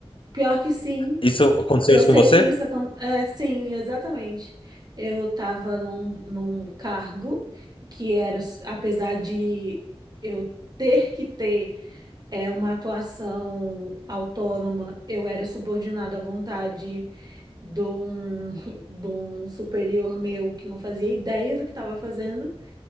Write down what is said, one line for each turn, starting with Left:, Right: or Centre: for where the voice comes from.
Right: Pior que sim.
Left: Isso aconteceu
Right: Eu
Left: isso
Right: sei
Left: com você?
Right: que isso acontece. sim, exatamente. Eu tava num, num cargo que era, s- apesar de eu ter que ter. é uma atuação autônoma, eu era subordinada à vontade de um, <laughs> de um superior meu que não fazia ideia do que estava fazendo.